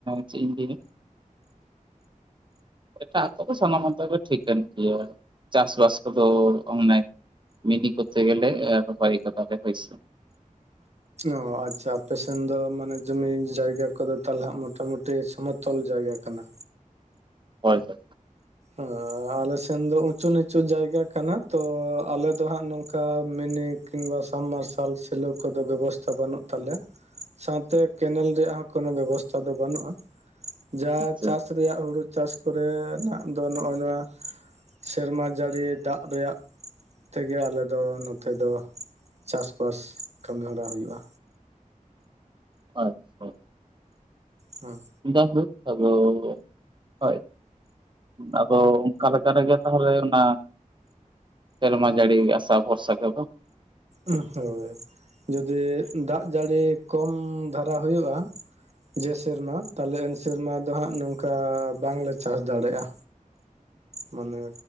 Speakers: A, on the right; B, on the right.
A: ᱪᱮᱫ ᱤᱧ ᱞᱟᱹᱭᱟ ᱮᱴᱟᱜ ᱠᱚᱫᱚ ᱥᱟᱱᱟᱢ ᱢᱟᱛ ᱜᱮ ᱴᱷᱤᱠᱟᱹᱱ ᱜᱮᱭᱟ ᱪᱟᱥᱵᱟᱥ ᱠᱚᱫᱚ, ᱚᱱᱮᱠ ᱢᱤᱱᱤ ᱠᱚᱛᱮ ᱜᱮᱞᱮ ᱨᱚᱦᱚᱭ ᱠᱟᱫᱟᱞᱮ ᱦᱳᱭᱥᱮ᱾
B: ᱚ ᱟᱪᱪᱷᱟ ᱟᱯᱮ ᱥᱮᱱ ᱫᱚ ᱢᱟᱱᱮ ᱡᱚᱢᱤ ᱡᱟᱭᱜᱟ ᱠᱚᱫᱚ ᱛᱟᱞᱦᱮ ᱢᱚᱴᱟ ᱢᱩᱴᱤ ᱴᱤ ᱥᱚᱢᱚᱛᱚᱞ ᱡᱟᱭᱜᱟ ᱠᱟᱱᱟ᱾
A: ᱦᱳᱭ ᱦᱳᱭ
B: ᱟᱻ ᱟᱞᱮᱥᱱ ᱫᱚ ᱩᱪᱩ ᱱᱤᱪᱩ ᱡᱟᱭᱜᱟ ᱠᱟᱱᱟ ᱛᱚ ᱟᱞᱮ ᱫᱚ ᱦᱟᱸᱜ ᱱᱚᱝᱠᱟ ᱢᱤᱱᱤ ᱠᱤᱝᱵᱟ ᱥᱟᱢ ᱢᱟᱨᱥᱟᱞ ᱥᱮᱞᱚ ᱠᱚᱫᱚ ᱵᱮᱵᱚᱥᱛᱷᱟ ᱵᱟᱹᱱᱩᱜ ᱛᱟᱞᱮᱭᱟ᱾ ᱥᱟᱶᱛᱮ ᱠᱮᱱᱮᱞ ᱨᱮᱭᱟᱜ ᱦᱚᱸ ᱠᱳᱱᱳ ᱵᱮᱵᱚᱥᱛᱷᱟ ᱫᱚ ᱵᱟᱹᱱᱩᱜᱼᱟ᱾ ᱡᱟ
A: ᱟᱪᱪᱷᱟ
B: ᱪᱟᱥ ᱨᱮᱭᱟᱜ ᱦᱩᱲᱩ ᱪᱟᱥ ᱠᱚᱨᱮ ᱱᱟᱜ ᱫᱚ ᱱᱚᱜ-ᱚᱭ ᱱᱚᱣᱟ ᱥᱮᱨᱢᱟ ᱡᱟᱹᱲᱤ ᱫᱟᱜ ᱨᱮᱭᱟᱜ ᱛᱮᱜᱮ ᱟᱞᱮ ᱫᱚ ᱱᱚᱛᱮ ᱫᱚ ᱪᱟᱥ ᱵᱟᱥ ᱠᱟᱹᱢᱤ ᱦᱚᱨᱟ ᱦᱩᱭᱩᱜᱼᱟ᱾
A: ᱟᱪᱪᱷᱟ᱾
B: ᱦᱮᱸ
A: ᱡᱟᱭᱦᱳᱠ ᱟᱫᱚ ᱦᱚᱭ ᱟᱫᱚ ᱚᱱᱠᱟ ᱞᱮᱠᱟ ᱨᱮᱜᱮ ᱛᱟᱦᱚᱞᱮ ᱚᱱᱟ ᱥᱮᱨᱢᱟ ᱡᱟᱹᱲᱤ ᱟᱥᱟ ᱵᱷᱚᱨᱥᱟ ᱛᱮᱫᱚ
B: ᱩᱜ ᱦᱳᱭ᱾ ᱡᱩᱫᱤ ᱫᱟᱜ ᱡᱟᱹᱲᱤ ᱠᱚᱢ ᱫᱷᱟᱨᱟ ᱦᱳᱭᱳᱜᱼᱟ, ᱡᱮ ᱥᱮᱨᱢᱟ ᱛᱟᱦᱞᱮ ᱮᱱ ᱥᱮᱨᱢᱟ ᱫᱚ ᱦᱟᱸᱜ ᱱᱚᱝᱠᱟ ᱵᱟᱝᱞᱮ ᱪᱟᱥ ᱫᱟᱲᱮᱭᱟᱜᱼᱟ᱾ ᱢᱟᱱᱮ